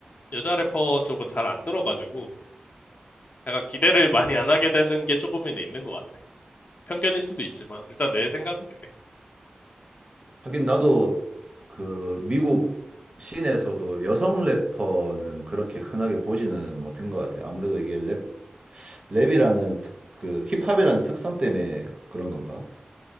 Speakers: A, on the left; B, on the right.
A: 여자 래퍼 쪽은 잘 안 들어가지고 약간 기대를 <laughs> 많이 안 하게 되는 게 조금은 있는 것 같아. 편견일 수도 있지만 일단 내 생각은 그래.
B: 하긴 나도 그 미국 씬에서도 여성 래퍼는 그렇게 흔하게 보지는 못한 것 같아. 아무래도 이게 랩, 랩이라는 특, 그 힙합이라는 특성 때문에 그런 건가?